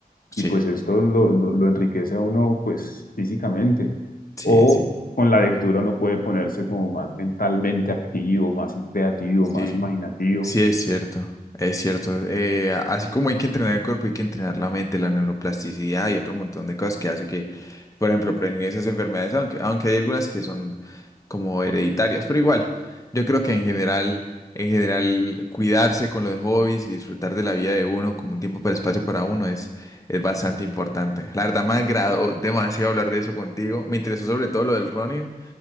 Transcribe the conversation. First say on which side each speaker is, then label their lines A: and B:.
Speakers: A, on the left; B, on the left.
A: sí,
B: y pues esto lo, lo, lo enriquece a uno pues físicamente.
A: sí,
B: O
A: sí,
B: con la lectura uno puede ponerse como más mentalmente activo, más creativo,
A: sí.
B: más imaginativo.
A: Sí, es cierto, es cierto. Eh, a- así como hay que entrenar el cuerpo, hay que entrenar la mente, la neuroplasticidad y otro montón de cosas que hace que, por ejemplo, prevenir esas enfermedades, aunque, aunque hay algunas que son como hereditarias, pero igual, yo creo que en general, en general, cuidarse con los hobbies y disfrutar de la vida de uno como un tiempo para espacio para uno es, es bastante importante. La verdad, me agradó demasiado hablar de eso contigo. Me interesó sobre todo lo del running